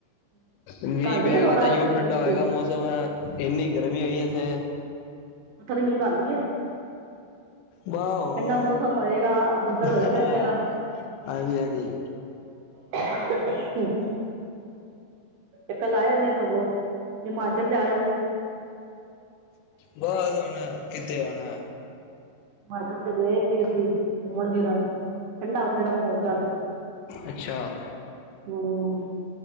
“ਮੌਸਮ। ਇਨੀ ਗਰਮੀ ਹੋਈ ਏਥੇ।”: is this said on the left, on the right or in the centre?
Left